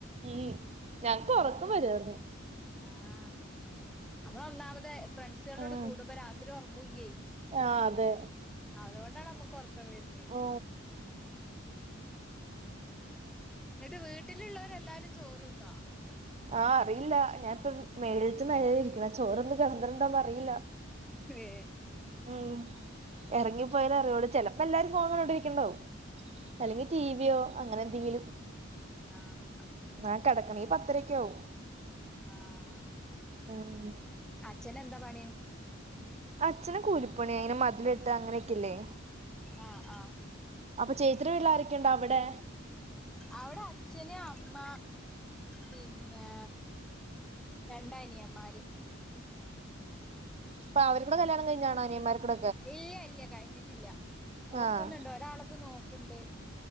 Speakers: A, on the right; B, in the centre.
A: ഉം ഞങ്ങക്ക് ഒറക്കം വരുആയിരുന്നു
B: ആഹ് നമ്മള ഒന്നാമത് ഫ്രണ്ട്സുകളോട്
A: ഉം
B: കൂടുമ്പോ രാത്രി ഒറങ്ങുല്ലയ്
A: ആഹ് അതെ
B: അതുകൊണ്ടാണ് നമ്മുക്ക് ഒറക്കം വരുന്ന
A: ഓ
B: എന്നിട്ട് വീട്ടിലുള്ളവരെല്ലാരും ചോറ്ന്നോ
A: ആഹ് അറിയില്ല ഞാനിപ്പ മേളിൽത്ത് നെലയിലാ ഇരിക്കുന്നെ ചോറ്ന്ന് കിടന്നിട്ടുണ്ടോന്ന് അറിയില്ല
B: ഏ
A: ഉം എറങ്ങിപ്പോയാലെ അറിയോള്ളൂ ചെലപ്പോ എല്ലാവാരും ഫൊണ് കണ്ടിരിക്ക്ണ്ടാവും
B: ആഹ്
A: അല്ലെങ്കി ടിവിയോ അങ്ങനെ എന്തെങ്കിലും
B: ആഹ്
A: ആഹ് കടക്കണേൽ പത്തരക്കെ ആവും
B: ആഹ്
A: ഉം
B: അച്ഛനെന്താ പണി
A: അച്ഛന് കൂലിപ്പണി അങ്ങനെ മതില് കെട്ട അങ്ങനെയൊക്കെ ല്ലേ
B: ആഹ് ആഹ്
A: അപ്പൊ ചേചിടെ വീട് ലാരെക്കെണ്ട് അവടെ?
B: അവടെ അച്ഛന് അമ്മ പിന്നെ രണ്ട നിയൻമാര്.
A: അപ്പ അവര്കൂടെ കല്യാണം കഴിഞ്ഞാണൊ അനിയന്മാര്ക്കൂടെ
B: ഇല്ല്യ ഇല്ല കഴിഞ്ഞിട്ടില്ല നോക്ക്ന്ന്ണ്ട്
A: ആഹ്
B: ഒരാൾത് നോക്ക്ണ്ട്.